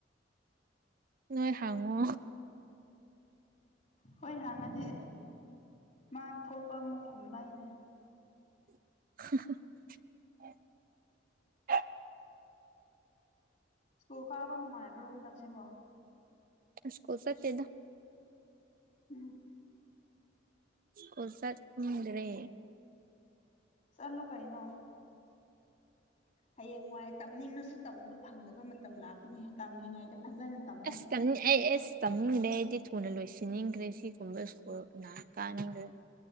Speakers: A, on the right; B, on the left.
A: ꯅꯣꯏ ꯍꯪꯉꯣ
B: ꯍꯣꯏ ꯍꯪꯉꯗꯤ ꯃꯥꯥꯟ ꯊꯣꯛꯄ ꯑꯃꯥ ꯈꯨꯝꯂꯛꯑꯦꯅꯦ
A: <unintelligible>
B: ꯁ꯭ꯀꯨꯜ ꯀꯥꯕ ꯅꯨꯡꯉꯥꯏꯕ꯭ꯔꯣ ꯍꯟꯗꯛꯁꯤꯕꯣ
A: ꯑꯁ ꯁ꯭ꯀꯨꯜ ꯆꯠꯇꯦꯗ
B: ꯎꯝ
A: ꯁ꯭ꯀꯨꯜ ꯆꯠꯅꯤꯡꯗ꯭ꯔꯦ
B: ꯆꯠꯂꯨ ꯀꯩꯅꯣ ꯍꯌꯦꯡꯋꯥꯏ ꯇꯝꯅꯤꯡꯂꯁꯨ ꯇꯝꯕ ꯐꯪꯗꯕ ꯃꯇꯝ ꯂꯥꯛꯀꯅꯤ ꯇꯝꯂꯤꯉꯩꯗ ꯐꯖꯅ ꯇꯝꯃꯣ
A: ꯑꯁ ꯇꯝꯅꯤ ꯑꯩ ꯑꯦꯁ ꯇꯝꯅꯤꯡꯗꯦ ꯑꯩꯗꯤ ꯊꯨꯅ ꯂꯣꯏꯁꯤꯟꯅꯤꯡꯈ꯭ꯔꯦ ꯁꯤ ꯒꯨꯝꯕ ꯁ꯭ꯀꯨꯜ ꯀꯅꯥ ꯀꯥꯅꯤꯡꯒꯦꯔ